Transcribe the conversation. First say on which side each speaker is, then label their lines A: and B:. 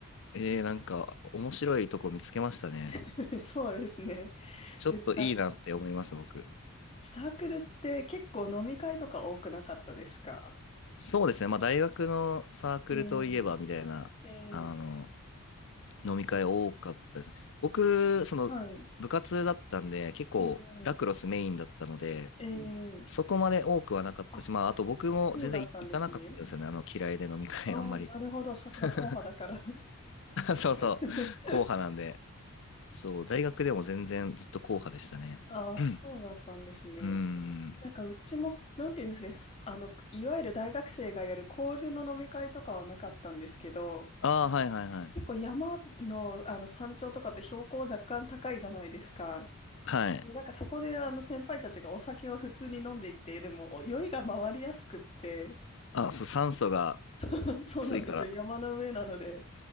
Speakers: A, on the left; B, on the left.
A: えー、なんか、面白いとこ見つけましたね。
B: <laughs> そうですね。
A: ちょっといいなって思います、
B: で、なんか、
A: 僕。
B: サークルって結構飲み会とか多くなかったですか
A: そうですね、まあ、大学のサークルといえば、
B: ええ
A: みたいな、
B: ええ、
A: あの、飲み会多かったです。
B: そう、
A: 僕、その、
B: はい。
A: 部活だったんで、結構、
B: ええ、
A: ラクロスメインだったので、
B: ええ、
A: そこまで多くはなかったし、
B: あ、
A: まあ、あと僕も全然い行かなかったんですよね、
B: そうだったんですね。
A: あの、嫌いで飲み会あんまり。
B: ああ、なるほど。さすが硬派だから。
A: <laughs> そうそう、
B: <laughs>
A: 硬派なんで。そう、大学でも全然ずっと硬派でしたね。
B: ああ、
A: うん
B: そうだったんですね。
A: うーん。
B: なんかうちも、なんていうんですかね、そあの、いわゆる大学生がやるコールの飲み会とかはなかったんですけど、
A: ああ、はいはいはい。
B: 結構山の、あの山頂とかって標高若干高いじゃないですか。
A: はい。
B: なんかそこであの先輩たちがお酒を普通に飲んでいて、でもお酔いが回りやすくって、
A: あ、そう、酸素が
B: <laughs> そうなんですよ、
A: 薄いから。
B: 山の上なので、